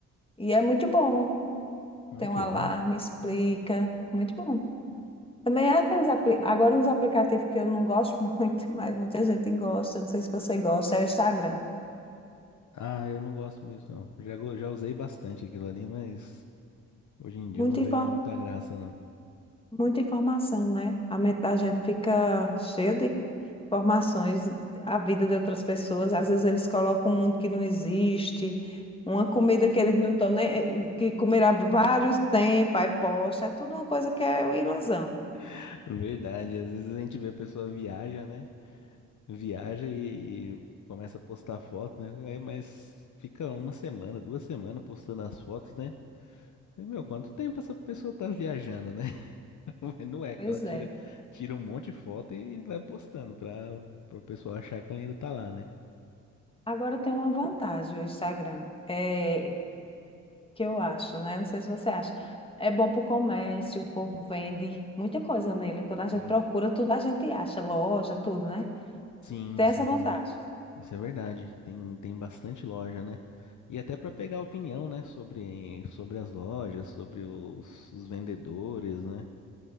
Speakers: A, on the left; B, on the left.
A: E é muito bom
B: Ah,
A: tem
B: que
A: um alarme,
B: legal.
A: explica. Muito bom. Também há aqueles apli- agora uns aplicativos que eu não gosto <laughs> muito, mas muita gente gosta, não sei se você gosta, é o Instagram.
B: Ah, eu não gosto muito, não. Já, go- já usei bastante aquilo ali, mas hoje em dia
A: Muita,
B: eu não
A: infor-
B: vejo muita graça, não.
A: muita informação, né? A mente da gente fica cheia de informações, a vida de outras pessoas, às vezes eles colocam um mundo que não existe, uma comida que eles não estão nem, eh, que comerá vários tempos, aí posta, é tudo uma coisa que é uma ilusão.
B: <laughs> Verdade, às vezes a gente vê a pessoa viaja, né? Viaja e, e começa a postar foto, né? Aí, mas fica uma semana, duas semanas postando as fotos, né? Falei, Meu, quanto tempo essa pessoa tá viajando, né? <laughs> Mas Não é
A: Pois
B: que ela tira,
A: é.
B: tira um monte de foto e vai postando pra, pra o pessoal achar que ela ainda tá lá, né?
A: Agora tem uma vantagem o Instagram. É que eu acho, né? Não sei se você acha. É bom para o comércio, o povo vende muita coisa nele. Quando a gente
B: Sim.
A: procura, tudo a gente acha, loja, tudo, né?
B: Sim,
A: Tem
B: sim,
A: essa vantagem.
B: isso é verdade. Tem, tem bastante loja, né? E até para pegar opinião, né, sobre, sobre as lojas, sobre os, os vendedores, né?